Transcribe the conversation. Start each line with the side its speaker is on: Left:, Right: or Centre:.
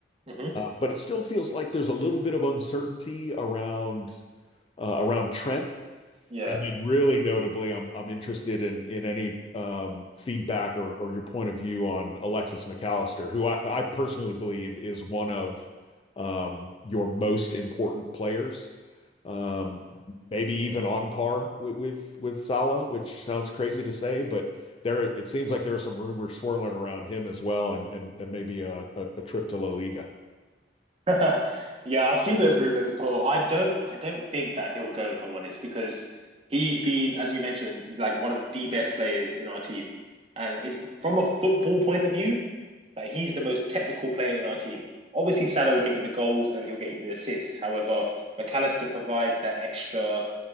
Right: hmm
Left: uh, but it still feels like there's a little bit of uncertainty around uh, around Trent
Right: Yeah.
Left: And then really notably, I'm I'm interested in in any um, feedback or or your point of view on Alexis McAllister, who I, I personally believe is one of um, your most important players, um, maybe even on par with, with with Salah, which sounds crazy to say, but there it seems like there are some rumors swirling around him as well, and and and maybe a, a, a trip to La Liga.
Right: <laughs> Yeah, I've seen those rumors as well. I don't I don't think that he'll go if I'm honest, because he's been, as you mentioned, like one of the best players in our team. And in, from a football point of view, like he's the most technical player in our team. Obviously, Salah will get you the goals and he'll get you the assists. However, McAllister provides that extra